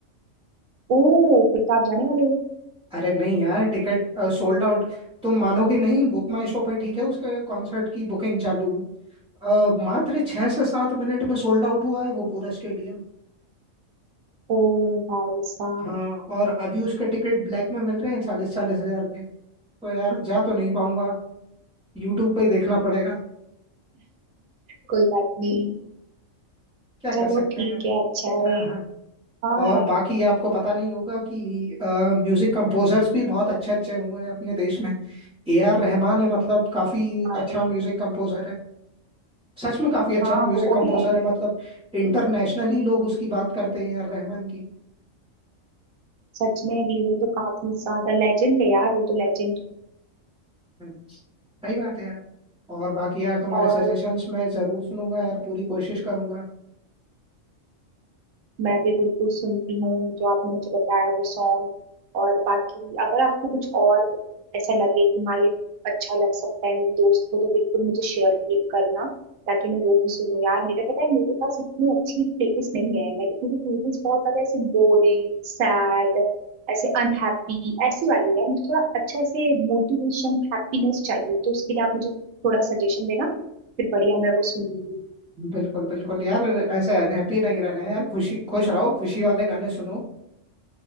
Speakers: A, on the right (about 80°); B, in the centre.
A: ओ फिर तो आप जाने वाले हो
B: अरे नहीं यार टिकट सोल्ड आउट तुम मानोगे नहीं बुक माई शो पर ठीक है उसके कॉन्सर्ट की बुकिंग चालू हुई अ, मात्र छह से सात मिनट में सोल्ड आउट हुआ है वो पूरा स्टेडियम
A: ओ भाई साहब
B: हाँ और अभी उसके टिकट ब्लैक में मिल रहे हैं चालीस चालीस हजार के तो यार जा तो नहीं पाऊंगा यूट्यूब पे ही देखना पड़ेगा <laughs>
A: कोई बात नहीं
B: क्या कर
A: चलो
B: सकते
A: ठीक
B: हैं यार
A: है अच्छा है
B: हाँ हाँ
A: हाँ
B: और बाकी आपको पता नहीं होगा कि म्यूजिक कंपोजर्स भी बहुत अच्छे अच्छे हुए हैं अपने देश में ए आर रहमान है मतलब काफी
A: यार,
B: अच्छा म्यूजिक कंपोजर सच में काफी अच्छा
A: हाँ
B: म्यूजिक
A: वो
B: कंपोजर
A: है
B: है मतलब इंटरनेशनली लोग उसकी बात करते हैं यार रहमान की
A: सच में भी वो तो काफी ज्यादा लेजेंड है यार वो तो लेजेंड
B: हम्म, सही बात है यार और बाकी यार तुम्हारे
A: और
B: सजेशंस मैं जरूर सुनूंगा यार पूरी कोशिश करूंगा
A: मैं भी बिल्कुल सुनती हूँ जो आपने मुझे बताया वो सॉन्ग और बाकी अगर आपको कुछ और ऐसा लगे कि हाँ ये अच्छा लग सकता है मेरी दोस्त को तो बिल्कुल मुझे शेयर करना ताकि मैं वो भी सुनूँ यार मेरे पता है मेरे पास इतनी अच्छी प्लेलिस्ट नहीं है मेरी मेरी प्लेलिस्ट बहुत ज्यादा ऐसे बोरिंग सैड ऐसे अनहैप्पी ऐसी वाली है यार मुझे थोड़ा अच्छा ऐसे मोटिवेशन हैप्पीनेस चाहिए तो उसके लिए आप मुझे थोड़ा सजेशन देना फिर बढ़िया मैं वो सुनूंगी
B: बिल्कुल बिल्कुल यार ऐसे अनहैप्पी नहीं रहना है यार खुशी खुश रहो खुशी वाले गाने सुनो